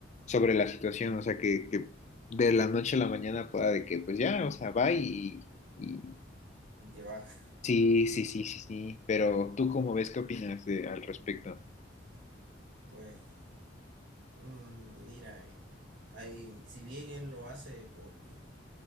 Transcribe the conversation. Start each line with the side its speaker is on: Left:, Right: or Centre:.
Left: sobre la situación, o sea, que, que de la noche a la mañana pueda de que, pues ya, o sea, va y, y-
Right: y te vas. <laughs>
Left: Sí, sí, sí, sí, sí, pero ¿tú cómo ves? ¿Qué opinas de- al respecto?
Right: Pues, mm, mira, este, hay- si bien él lo hace porque,